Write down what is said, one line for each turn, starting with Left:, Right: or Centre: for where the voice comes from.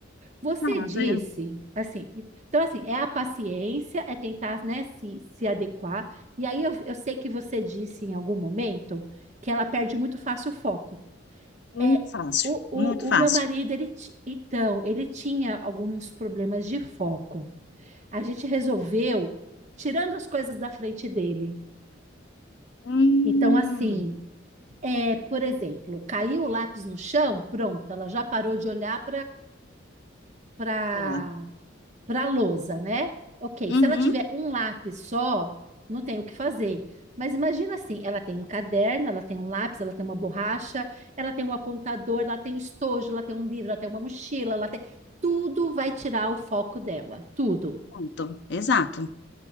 Right: Você
Left: tá,
Right: disse,
Left: tô-
Right: assim, então assim, é a paciência, é tentar, né, se, se adequar. E aí eu, eu sei que você disse em algum momento que ela perde muito fácil o foco.
Left: muito
Right: É
Left: fácil,
Right: o,
Left: muito fácil.
Right: o, o meu marido, ele ti- então, ele tinha alguns problemas de foco. A gente resolveu tirando as coisas da frente dele.
Left: Hum,
Right: Então, assim, é, por exemplo, caiu o lápis no chão, pronto, ela já parou de olhar para
Left: ela.
Right: para a lousa, né? Ok,
Left: Uhum.
Right: se ela tiver um lápis só, não tem o que fazer. Mas imagina assim, ela tem um caderno, ela tem um lápis, ela tem uma borracha, ela tem um apontador, ela tem um estojo, ela tem um livro, ela tem uma mochila, ela tem... Tudo vai tirar o foco dela, tudo.
Left: Pronto, exato.